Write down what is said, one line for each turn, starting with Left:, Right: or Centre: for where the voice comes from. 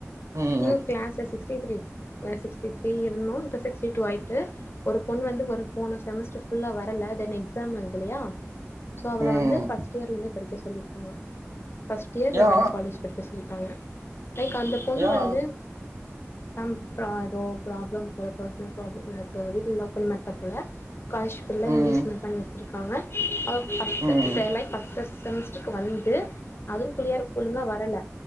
Right: ம்
Left: எங்க கிளாஸ்ல சிக்ஸ்டி த்ரீ சிக்ஸ்டி த்ரீ இருந்தோ இப்ப சிக்ஸ்டி டூ ஆயிட்டு ஒரு பொண் வந்து ஒரு போன செமஸ்டர் ஃபுல்லா வரல தென் எக் ஸாம் எழுதலையா சோ அவள
Right: ம்
Left: வந்து பஸ்ட் இயர்ல இருந்தே படிக்க சொல்லியிருக்காங்க பர்ஸ்ட் இயர்ல
Right: யா
Left: வேற காலேஜ் படிக்க சொல்லிட்டாங்க லைக் அந்த பொண்ணு
Right: யா
Left: வந்து சம் ப்ரா ஏதோ ப்ராப்ளம் போல பர்சனல் ப்ராப்ளம் எனக்கு வீட்ல எல்லா பொண்ணுமேல தப்பில்ல கஸ் ஃபுல்லா
Right: ம்
Left: எங்கேஜ்மெண்ட் பண்ணி வச்சிருக்காங்க அவ பஸ்ட்
Right: ம்
Left: லைக் பஸ்ட் செமஸ்டருக்கு வந்து அதுவு கிளியர் ஒழுங்க வரல